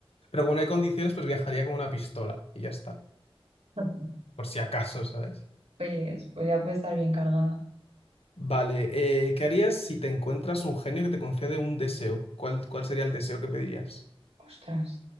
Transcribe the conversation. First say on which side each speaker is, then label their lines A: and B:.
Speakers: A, on the left; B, on the right.
A: Pero como no hay condiciones, pues viajaría con una pistola y ya está,
B: <laughs>
A: por si acaso, ¿sabes?
B: Pues, pues ya puede estar bien cargada.
A: Vale, eh, ¿qué harías si te encuentras un genio que te concede un deseo? ¿Cuál, cuál sería el deseo que pedirías?
B: Ostras.